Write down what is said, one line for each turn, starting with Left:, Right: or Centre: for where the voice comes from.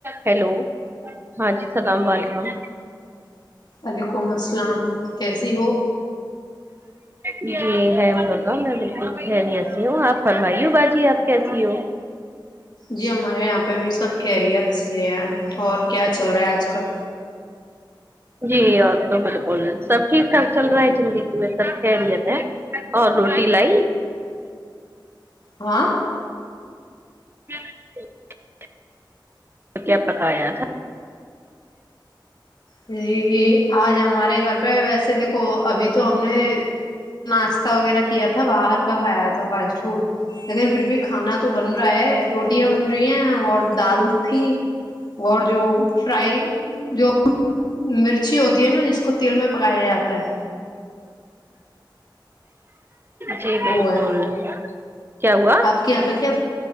Right: hello ہاں جی اسلام علیکم
Left: وعلیکم السلام کیسی ہو
Right: جی الحمد اللہ میں بالکل خیریت سے ہوں آپ فرمائی ہو باجی آپ کیسی ہو
Left: جی ہمارے یہاں پہ بھی سب خیریت سے ہیں اور کیا چل رہا ہے آج کل
Right: جی اور تو بالکل سب ٹھیک ٹھاک چل رہا ہے زندگی میں سب خیریت ہے اور روٹی لائی
Left: ہاں
Right: <unintelligible> تو کیا پکایا تھا
Left: جی جی آج ہمارے گھر پہ ویسے دیکھو ابھی تو ہم نے ناشتہ وغیرہ کیا تھا باہر کا کھایا تھا فاسٹ فوڈ لیکن پھر بھی کھانا تو بن رہا ہے روٹیاں بن رہی ہیں اور دال تھی اور جو فرائی جو مرچی ہوتی ہے نا جس کو تیل میں پکایا جاتا ہے
Right: جی بالکل
Left: وہ ہے
Right: کیا ہوا
Left: آپ کے یہاں پہ کیا